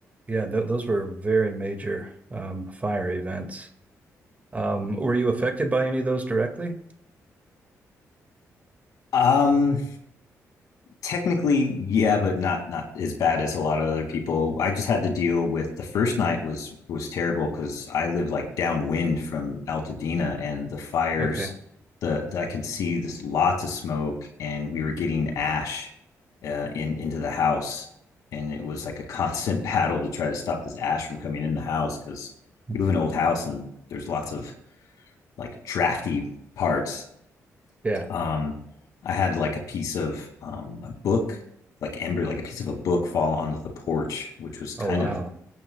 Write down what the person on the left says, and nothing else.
Um, technically yeah but not not as bad as a lot of other people i just had to deal with the first night was was terrible because i live like downwind from altadena and the fires
the, the i could see this lots of smoke and we were getting ash uh, in into the house and it was like a <laughs> constant battle to try to stop this ash from coming in the house because
we live in an old house and there's lots of like drafty parts
um, I had like a piece of um, a book, like embryo, like a piece of a book fall onto the porch, which was kind
of a